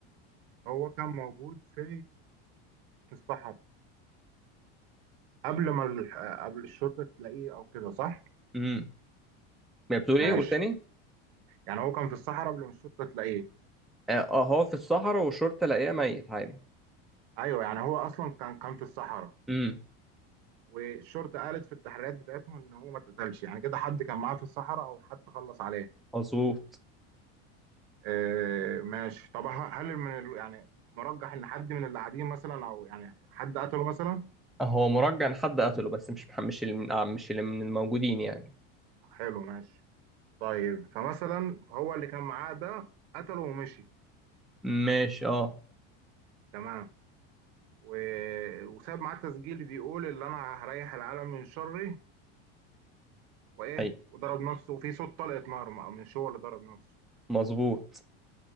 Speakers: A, on the right; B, in the centre.
A: هو كان موجود في في الصحراء قبل ما ال... قبل الشرطه تلاقيه او كده صح
B: امم ما بتقول إيه
A: ماشي
B: قول تاني؟
A: يعني هو كان في الصحراء قبل ما الشرطه تلاقيه
B: آه آه، هو في الصحراء والشرطة لاقيه ميت عادي
A: ايوه يعني هو اصلا كان كان في الصحراء
B: امم
A: والشرطه قالت في التحريات بتاعتهم ان هو ما اتقتلش يعني كده حد كان معاه في الصحراء او حد خلص عليه
B: مظبوط
A: آه ماشي طب ه- هل من ال... يعني مرجح ان حد من اللي قاعدين مثلا او يعني حد قتله مثلا
B: هو مرجع إن حد قتله بس مش مش اللي من آه، مش اللي من الموجودين يعني
A: حلو ماشي طيب فمثلا فهو اللي كان معاه ده قتله ومشي
B: ماشي اه
A: تمام و... وساب معاه تسجيل بيقول اللي انا هريح العالم من شره وايه
B: أي
A: وضرب نفسه وفي صوت طلقة نار م- مش هو اللي ضرب نفسه
B: مظبوط